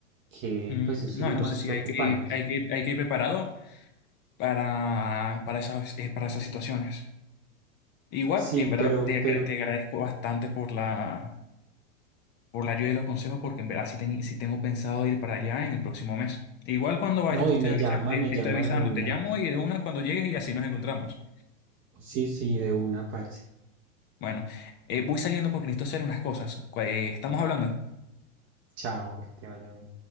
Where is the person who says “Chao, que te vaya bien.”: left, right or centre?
Right